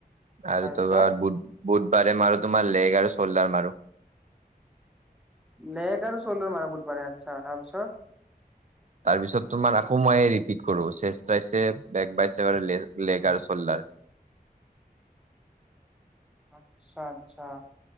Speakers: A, on the right; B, in the centre.
A: আৰু
B: তাৰপিছত
A: তোমাৰ বুধ বুধবাৰে মাৰো তোমাৰ লেগ আৰু চল্ডাৰ মাৰো
B: লেগ আৰু চ'ল্ডাৰ মাৰা বুধবাৰে আচ্ছা তাৰপিছত
A: তাৰপিছত তোমাৰ কোমায়ে ৰিপিট কৰোঁ চেষ্ট টাইছে, বেক বাইছেভ আৰু লেগ আৰু চল্ডাৰ। <inaudible>
B: আচ্ছা-আচ্ছা